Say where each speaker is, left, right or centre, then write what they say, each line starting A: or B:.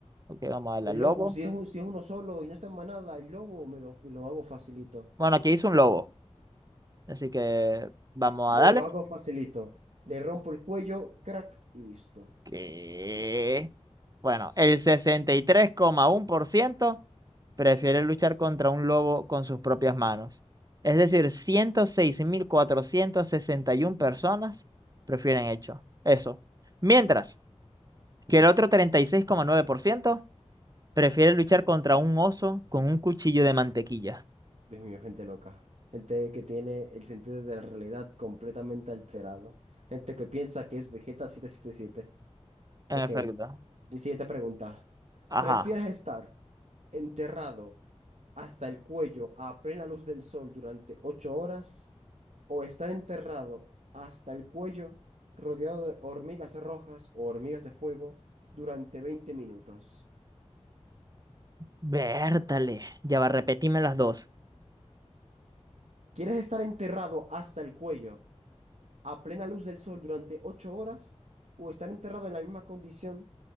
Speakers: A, on the right; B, on the right.
A: Ok, vamos a darle
B: El
A: al
B: lo-
A: lobo.
B: si es, un- si es uno solo y no está en manada, el lobo me lo, me lo hago facilito.
A: Bueno, aquí hizo un lobo, así que vamos
B: Me
A: a darle.
B: lo hago facilito. Le rompo el cuello, crack, y listo.
A: que Bueno, el sesenta y tres coma uno por ciento prefiere luchar contra un lobo con sus propias manos. Es decir, 106.461 personas prefieren hecho eso. Mientras que el otro treinta y seis coma nueve por ciento prefiere luchar contra un oso con un cuchillo de mantequilla.
B: Dios mío, gente loca. Gente que tiene el sentido de la realidad completamente alterado. Gente que piensa que es Vegeta 777.
A: En
B: Ok,
A: efecto.
B: mi siguiente pregunta.
A: Ajá.
B: ¿Prefieres estar enterrado hasta el cuello a plena luz del sol durante ocho horas? o estar enterrado hasta el cuello rodeado de hormigas rojas o hormigas de fuego durante veinte minutos.
A: Vértale. Ya va, repetime las dos.
B: ¿Quieres estar enterrado hasta el cuello a plena luz del sol durante 8 horas o estar enterrado en la misma condición